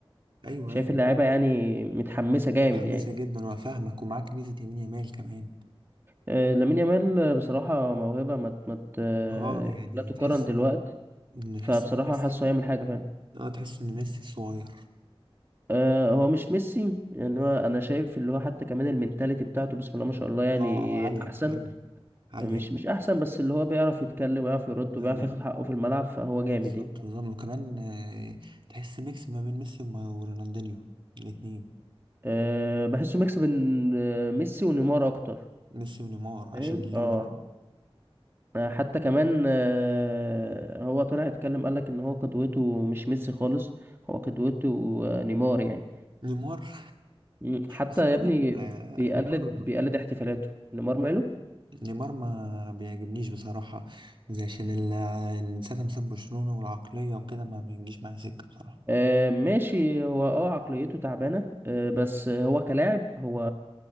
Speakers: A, on the right (about 55°); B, on the right (about 25°).
A: ايوه
B: شايف
A: ايوه
B: اللعيبة يعني متحمسة جامد
A: متحمسه
B: يعني
A: جدا وفاهمك ومعاك ميزه يمين يامال كمان
B: آه، لامين يامال بصراحة موهبة ما مت... مت...
A: اه يعني
B: لا تقارن
A: تحس
B: دلوقتي
A: ان إن- تحس
B: فبصراحة
A: ان ميسي
B: حاسه هيعمل حاجة فعلا
A: اه تحس ان ميسي صغير
B: آه، هو مش ميسي يعني هو انا شايف اللي هو حتى كمان المينتاليتي بتاعته بسم الله ما شاء الله
A: اه
B: يعني
A: اه عالية
B: احسن
A: عالية عالية
B: مش مش احسن بس اللي هو بيعرف يتكلم ويعرف يرد
A: لا
B: وبيعرف ياخد
A: لا
B: حقه في الملعب فهو جامد
A: بالظبط
B: يعني
A: بالظبط وكمان آه، تحس ميكس ما بين ميسي وما- ورونالدينيو الاتنين
B: أه بحسه ميكس بين آه، ميسي ونيمار اكتر
A: ميسي ونيمار
B: فاهم
A: عشان لما
B: اه آه، حتى كمان آه، هو طلع اتكلم قالك ان هو قدوته مش ميسي خالص هو قدوته آه، نيمار يعني
A: نيمار <laughs>
B: مم، حتى
A: بس نيمار
B: يا ابني
A: آه،
B: بيقلد
A: نيمار
B: بيقلد احتفالاته نيمار ماله
A: نيمار ما بيعجبنيش بصراحة زي عشان ال- ال- ساعة ما ساب برشلونة والعقلية وكده ما بيجيش معايا سكة بصراحة
B: آه، ماشي هو اه عقليته تعبانه آه، بس هو كلاعب هو